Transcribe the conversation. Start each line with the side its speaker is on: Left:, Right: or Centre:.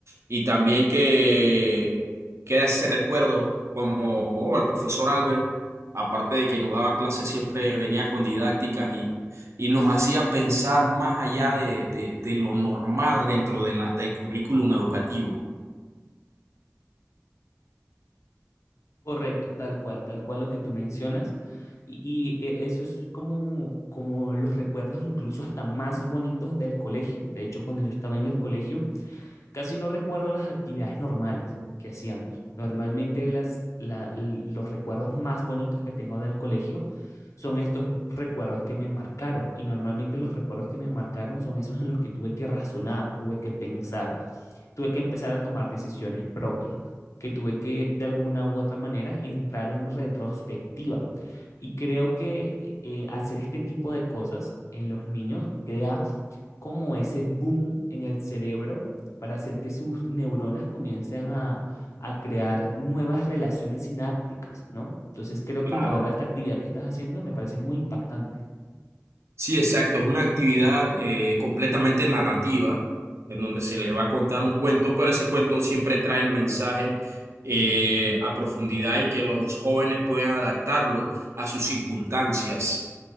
Right: y también que quede ese recuerdo como oh, el profesor Albert, aparte de que nos daba clases, siempre venía con didácticas y, y nos hacía pensar más allá de, de, de lo normal dentro de la, del currículum educativo.
Left: Correcto, tal cual, tal cual lo que tú mencionas. Y, y eh, eso es como, como los recuerdos incluso hasta más bonitos del colegio. De hecho, cuando yo estaba en el colegio, Casi no recuerdo las actividades normales que hacíamos. Normalmente las, la- los recuerdos más bonitos que tengo del colegio son estos recuerdos que me marcaron. Y normalmente los recuerdos que me marcaron son esos en los que tuve que razonar, tuve que pensar, tuve que empezar a tomar decisiones propias, que tuve que de alguna u otra manera entrar en retrospectiva. Y creo que eh, hacer este tipo de cosas en los niños crea como ese boom en el cerebro para hacer que sus neuronas comiencen a, a crear nuevas relaciones sinápticas, ¿no? Entonces creo
Right: Claro.
Left: que la verdad esta actividad que estás haciendo me parece muy impactante.
Right: Sí, exacto. Es una actividad eh, completamente narrativa, en donde se les va a contar un cuento, pero ese cuento siempre trae el mensaje eh, a profundidad y que los jóvenes puedan adaptarlo a sus circunstancias